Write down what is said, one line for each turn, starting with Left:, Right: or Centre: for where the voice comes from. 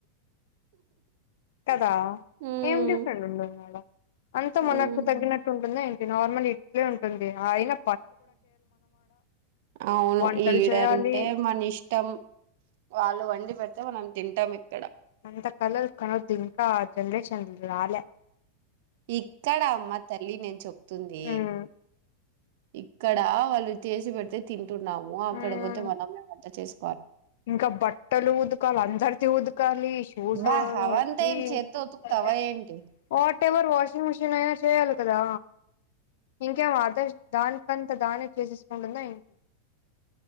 Left: కదా
Right: హ్మ్.
Left: ఏం డిఫరెంట్ ఉంటుంది ఆడ అంత
Right: హ్మ్.
Left: మనకు తగ్గినట్టు ఉంటుంద ఎం టి నార్మల్ ఇట్లే ఉంటుంది హాయిగా
Right: అవును
Left: వంటలు
Right: ఈడంటే
Left: చేయాలి
Right: మన ఇష్టం వాళ్ళు వండి పెడితే మనం తింటాం ఇక్
Left: అంత కలల్ కనొద్దు ఇంకా అ జనరేషన్ రాలే
Right: ఇక్కడమ్మ తల్లి నేను చెప్తుంది
Left: ఉమ్
Right: ఇక్కడ వాళ్ళు చేసి పెడితే తింటున్నాము అక్కడ
Left: ఉమ్
Right: పోతే మనమే వంట చేస్
Left: ఇంకా బట్టలు ఊతుకాలే అందార్ది ఊత్ కాళీ షూస్ <unintelligible>
Right: బా అవంతా ఏం చేత్తో ఉతుకుతావా ఏంటి
Left: వట్ ఎవర్ వషింగ్ మిషిన్ అయినా చేయాలి కదా ఇంకేమో అద్ దానికంత దాని చేసేసుకుంటుందా ఎంటి